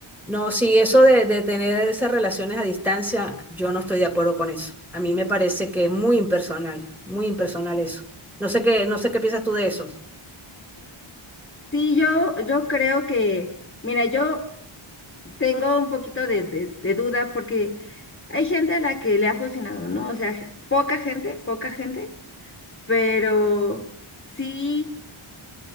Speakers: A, in the centre; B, on the left.
A: No, sí, eso de, de tener esas relaciones a distancia, yo no estoy de acuerdo con eso. A mí me parece que es muy impersonal, muy impersonal eso. No sé qué, no sé qué piensas tú de eso.
B: Sí, yo, yo creo que, mira, yo tengo un poquito de, de- de duda porque hay gente a la que le ha funcionado, ¿no? O sea, ge- poca gente, poca gente, pero sí